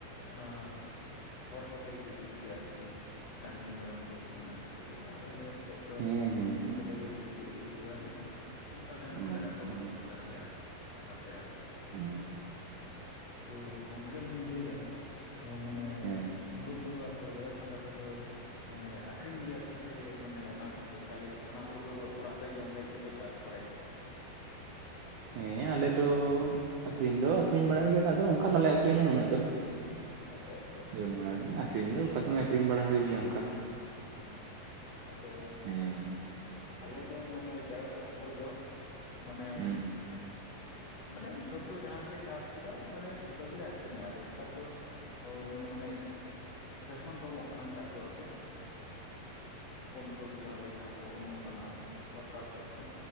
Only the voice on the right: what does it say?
ᱦᱮᱸ ᱦᱮᱸ
ᱦᱮᱸ
ᱟᱪᱪᱷᱟ
ᱦᱩᱸ
ᱦᱮᱸ
ᱦᱮᱸ ᱟᱞᱮ ᱫᱚ ᱟᱠᱷᱨᱤᱧ ᱫᱚ ᱟᱠᱷᱨᱤᱧ ᱵᱟᱲᱟᱭ ᱜᱮᱭᱟᱞᱮ ᱟᱫᱚ ᱚᱱᱠᱟ ᱵᱟᱞᱮ ᱟᱠᱷᱨᱤᱧᱟ ᱩᱱᱟᱹᱜ ᱫᱚ᱾
ᱡᱚᱢ ᱵᱟᱲᱟ ᱜᱮ ᱟᱹᱠᱷᱨᱤᱧ ᱫᱚ ᱚᱠᱟ ᱥᱚᱢᱚᱭ ᱟᱠᱷᱨᱤᱧ ᱵᱟᱲᱟ ᱦᱩᱭᱩᱜ ᱜᱮᱭᱟ ᱚᱱᱠᱟ᱾
ᱦᱮᱸ
ᱦᱩᱸ